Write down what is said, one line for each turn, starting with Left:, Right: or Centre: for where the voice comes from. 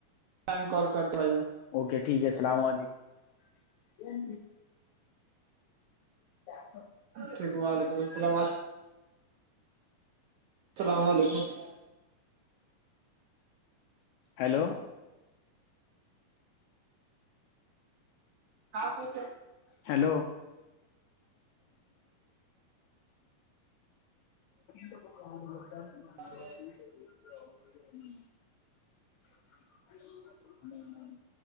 Right: ٹائم کال کرتا ہ ہے جا
Left: اوکے ٹھیک ہے اللام علیکم تا
Right: ٹھیک وعلیکم السلام <inaudible>
Left: ہیلو
Right: ہاں بت
Left: ہیلو س ہوتا
Right: اور
Left: <inaudible>